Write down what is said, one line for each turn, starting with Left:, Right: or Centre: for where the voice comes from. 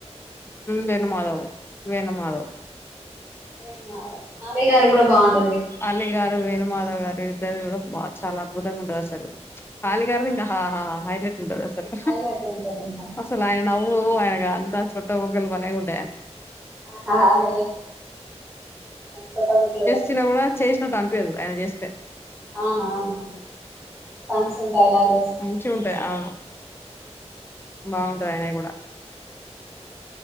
Left: వెను మాధవ్ వెను మాధవ్
Centre: రేణు మాధవ్ ఆలయ్య గారు కూడా బాగుంట
Left: అలిగారు వేణమాద గారు ఇద్దరు బా చాలా అద్భుతంగా ఉంటది అసలు అలీగారు
Centre: అవును
Left: ఇంకా హైలైట్ ఉంటది అసలు
Centre: హైలైట్ ఉంటది ఇంకా
Left: అసలు ఆయన నవ్వు ఆయన అంత చుట్టబుగ్గలు బలే ఉంటు
Centre: ట సొట్ట బుక్లు
Left: సిన కూడా చేసినట్టు అనిపదు ఆయన చేస్తే స
Centre: అవునవునండి పంచల్ డైలాగు్లు వేస్తా
Left: మంచిగా
Centre: ఉంటారు
Left: ఉంటాయి అవును బాగుంటది ఆయ్ న కూడా